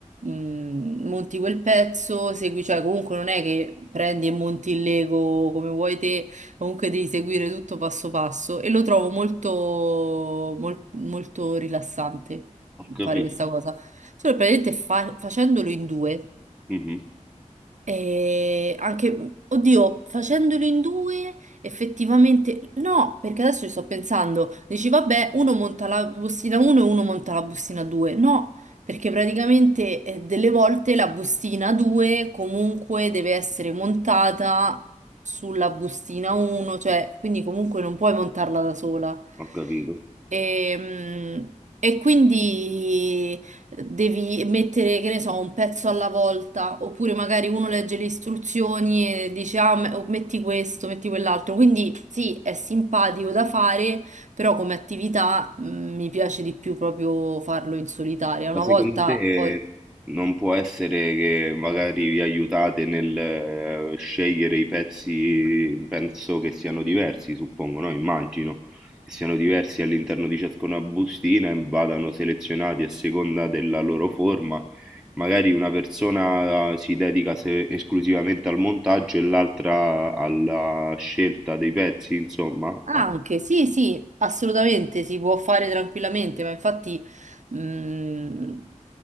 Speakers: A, on the right; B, in the centre.
A: mm, monti quel pezzo, segui, cioè comunque non è che prendi e monti il Lego come vuoi te, comunque devi seguire tutto passo passo e lo trovo molto, mol- molto rilassante
B: Ho capito.
A: fare questa cosa. Solo che praticamente fa- facendolo in due.
B: Mh-mh,
A: E anche, oddio, facendolo in due, effettivamente no, perché adesso ci sto pensando. Dici, vabbè, uno monta la bustina 1 e uno monta la bustina 2. No, perché praticamente eh, delle volte la bustina 2 comunque deve essere montata sulla bustina 1, cioè, quindi comunque non puoi montarla da sola.
B: ho capito.
A: E, mm, e quindi devi mettere, che ne so, un pezzo alla volta, oppure magari uno legge le istruzioni e dice, ah, me- metti questo, metti quell'altro. Quindi sì, è simpatico da fare, però come attività, mm, mi piace di più proprio farlo in solitaria.
B: Ma
A: Una
B: secondo
A: volta
B: te
A: poi...
B: non può essere che magari vi aiutate nel eh, scegliere i pezzi, penso che siano diversi, suppongo, no, immagino, che siano diversi all'interno di ciascuna bustina e vadano selezionati a seconda della loro forma. Magari una persona si dedica se esclusivamente al montaggio e l'altra alla scelta dei pezzi, insomma.
A: Anche,
B: Al
A: sì, sì, assolutamente, si può fare tranquillamente, ma infatti... Mm,